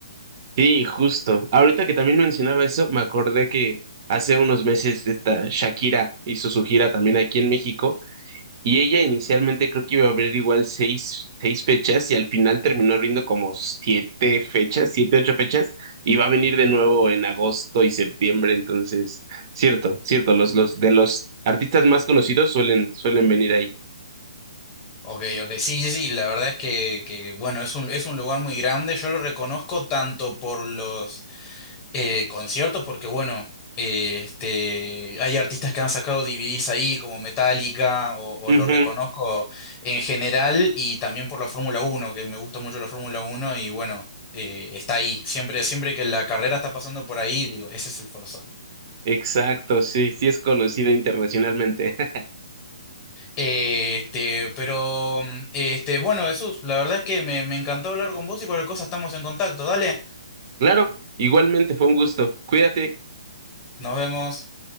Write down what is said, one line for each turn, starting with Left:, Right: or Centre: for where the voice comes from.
Right: Sí, justo. Ahorita que también mencionaba eso, me acordé que hace unos meses esta Shakira hizo su gira también aquí en México y ella inicialmente creo que iba a abrir igual seis, seis fechas y al final terminó abriendo como siete fechas, siete, ocho fechas y va a venir de nuevo en agosto y septiembre. Entonces, cierto, cierto, los, los de los artistas más conocidos suelen, suelen venir ahí.
Left: Ok, ok, sí, sí, sí, la verdad es que, que bueno, es un, es un lugar muy grande, yo lo reconozco tanto por los eh, conciertos porque, bueno, eh, este, hay artistas que han sacado DVDs ahí, como Metallica, o, o
Right: Ujú,
Left: lo reconozco en general, y también por la Fórmula Uno que me gusta mucho la Fórmula Uno y bueno, eh, está ahí. Siempre, siempre que la carrera está pasando por ahí, digo, ese es el Forosol.
Right: exacto, sí, sí es conocido internacionalmente. <laughs>
Left: Eh, este, pero, mm, este, bueno, Jesús, la verdad es que me, me encantó hablar con vos y cualquier cosa estamos en contacto. Dale,
Right: Claro, igualmente fue un gusto. Cuídate.
Left: nos vemos.